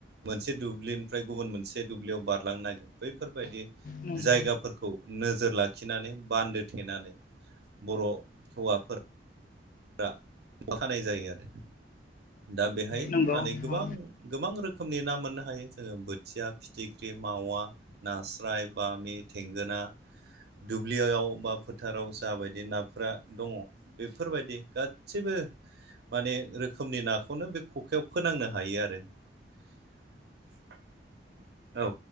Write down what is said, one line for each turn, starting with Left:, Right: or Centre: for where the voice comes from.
Right: मोनसे दुब्लिनिफ्राय गुबुन मोनसे दुब्लियाव बारलांनो नागिर बैफोरबायदि
Left: नं-
Right: जायगा फोरखौ नोजोर लाखिनानै बान्दो थेनानै बर' हौवाफोर रा खानाय जायो आरो दा बेहाय
Left: नंगौ
Right: माने गोबां
Left: औ
Right: गोबां रोखोमनि ना मोननो हायो जोङो बोथिया फिथिख्रि मावा नास्राय बामि थेंगोना दुब्लियाव बा फोथाराव जाबायदि नाफोरा दङ बेफोरबायदि गासैबो माने रोखोमनि नाखौनो बे खखायाव फोनांनो हायो आरो <unintelligible> औ